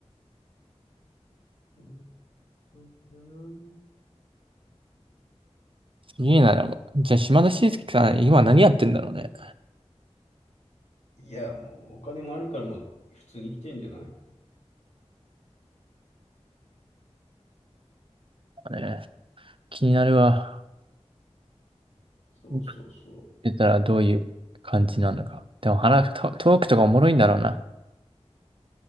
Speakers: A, on the left (about 80°); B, on the right (about 50°).
A: うんそうだな。
B: いいな、でも。じゃあ島田紳介さん、今何やってんだろうね。
A: いや、もうお金もあるからもう普通に来てんじゃない
B: ね気になるわ。
A: そうそうそ
B: やってたらどういう感じなのか。でも話、トトークとかおもろいんだろうな。